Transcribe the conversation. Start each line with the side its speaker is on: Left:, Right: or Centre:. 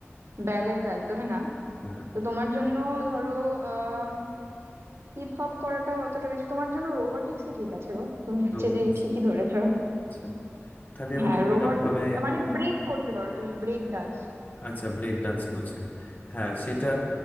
Right: ব্যালে তো একদমই না
Left: হ্যাঁ
Right: তো তোমার জন্য ধরো আহ হিপ হপ করাটাও অতটা বেশি তোমার জন্য রোবোটিক্সই ঠিক আছে গো তুমি অ্যাকচুয়ালি
Left: রোবোটিক্স
Right: ঠিকই ধরেছো
Left: আচ্ছা, তাহলে
Right: হ্যাঁ
Left: ওটা কিরম
Right: রোবোটিক্স
Left: ভাবে
Right: মানে ব্রেক করতে পারো তুমি ব্রেক ডান্স
Left: আচ্ছা ব্রেক ডান্স করছেন হ্যাঁ সেটা